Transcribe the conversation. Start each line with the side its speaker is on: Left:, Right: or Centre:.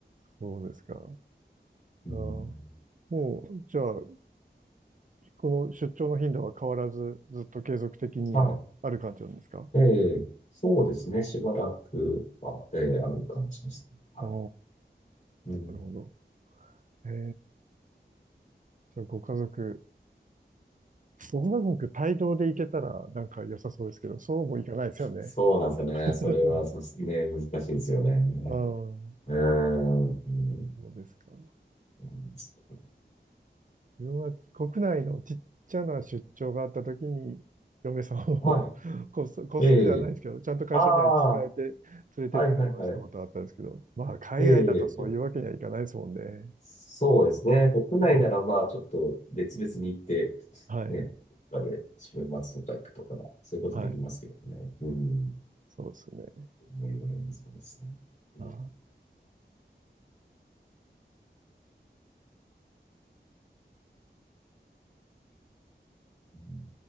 Right: そうですか。
Left: うん。
Right: ああ、もう、じゃあ、この出張の頻度は変わらず、ずっと継続的にある感じなんですか
Left: はい。ええそうですね。しばらくは、ええある感じですね。は
Right: ああ、
Left: い。うん。
Right: なるほど。ええ、じゃあ、ご家族、うまく帯同で行けたらなんか良さそうですけど、そうもいかないですよね。
Left: そうなんですよね。
Right: <laughs>
Left: それはさすね、難しいんですよね。
Right: ああ、
Left: うーん。う
Right: そうですか。
Left: ん
Right: 自分は国内のちっちゃな出張があったときに、嫁さんを
Left: はい。
Right: <laughs> こっそ、<laughs> こっそりではないですけど、
Left: ええ。
Right: ちゃんと会社には伝えて
Left: ああ、は
Right: 連れてったりはしたことあったんですけど、
Left: いはいはい。
Right: まあ、海外だとそういうわけにはいかないですもんね。
Left: ええ。そうですね。国内ならまあちょっと別々に行って、
Right: うん、はい、
Left: ね、どっかで週末とか行くとか、そういうことできますけどね。
Right: はい、
Left: うん。
Right: そうですね。
Left: ね、羨ましいですね。うん。
Right: ああ
Left: うん